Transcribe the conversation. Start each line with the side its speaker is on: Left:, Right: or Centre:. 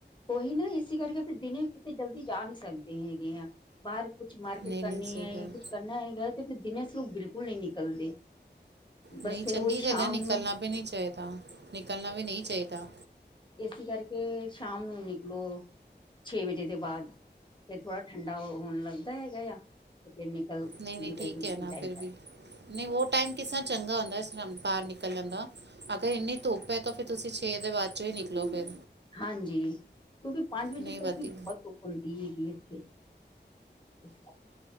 Left: ਉਹੀ ਨਾ ਇਸ ਕਰਕੇ ਫੇਰ ਦਿਨੇ ਕਿਤੇ ਜਲਦੀ ਜਾ ਨਹੀਂ ਸਕਦੇ ਹੈਗੇ ਆ ਬਾਹਰ। ਕੁਛ ਮਾਰਕੀਟ
Right: ਨਹੀਂ
Left: ਕਰਨੀ
Right: ਨਹੀਂ ਸਹੀ
Left: ਐ
Right: ਗੱਲ
Left: ਜਾਂ ਕੁਛ ਕਰਨਾ ਹੈਗਾ ਤੇ ਫਿਰ ਦਿਨੇ ਅਸੀਂ ਬਿਲਕੁਲ ਨਹੀਂ ਨਿਕਲਦੇ। ਬਸ
Right: ਨਹੀਂ
Left: ਫਿਰ
Right: ਚੰਗੀ
Left: ਉਹੀ
Right: ਗੱਲ
Left: ਸ਼ਾਮ
Right: ਐ, ਨਿਕਲਣਾ
Left: ਨੂੰ
Right: ਵੀ ਨਹੀਂ ਚਾਹੀਦਾ, ਨਿਕਲਣਾ ਵੀ ਨਹੀਂ ਚਾਹੀਦਾ।
Left: ਇਸੀ ਕਰਕੇ ਸ਼ਾਮ ਨੂੰ ਨਿਕਲੋ? ਛੇ ਵਜੇ ਦੇ ਬਾਅਦ ਫੇਰ ਥੋੜਾ ਠੰਡਾ ਹੋਣ ਲੱਗਦਾ ਹੈਗਾ ਆ। ਫਿਰ ਨਿਕਲ
Right: ਨਹੀਂ-ਨਹੀਂ
Left: ਨਿਕਲ
Right: ਠੀਕ
Left: ਕੇ ਕਿਤੇ
Right: ਐ, ਨਾ
Left: ਜਾਈਦਾ
Right: ਫਿਰ ਵੀ ਨਹੀਂ ਉਹ ਟਾਈਮ ਕਿਸ ਤਰ੍ਹਾਂ ਚੰਗਾ ਹੁੰਦਾ। ਬਾਹਰ ਨਿਕਲ ਜਾਂਦਾ। ਅਗਰ ਇੰਨੀ ਧੁੱਪ ਹੈ ਤੋਂ ਫੇਰ ਤੁਸੀਂ ਛੇ ਦੇ ਬਾਅਦ ਚੋਂ ਹੀ ਨਿਕਲੋ ਫਿਰ।
Left: ਹਾਂਜੀ। ਕਿਉਂਕਿ ਪੰਜ ਵਜੇ
Right: ਨਹੀਂ
Left: ਤੱਕ
Right: ਵਧੀ
Left: ਵੀ ਬਹੁਤ ਧੁੱਪ ਹੈਗੀ ਇੱਥੇ, ਇਸ ਕਰਕੇ।